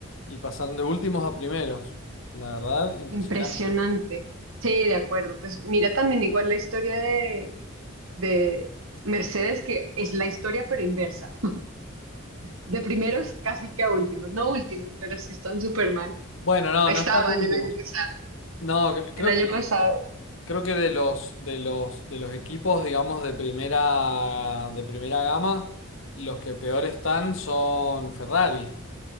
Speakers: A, on the left; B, on the right.
A: Y pasaron de últimos a primeros. La verdad, impresionante.
B: impresionante. Sí, de acuerdo. Pues mira también igual la historia de, de Mercedes, que es la historia pero inversa. De primeros casi que a últimos, no últimos, pero sí están súper mal.
A: Bueno, no,
B: Estaban
A: no están de últimos.
B: el año pasado,
A: No, cre- creo
B: el año
A: que
B: pasado,
A: los que Creo que de los, de los, de los equipos, digamos, de primera, de primera gama, los que peor están son Ferrari.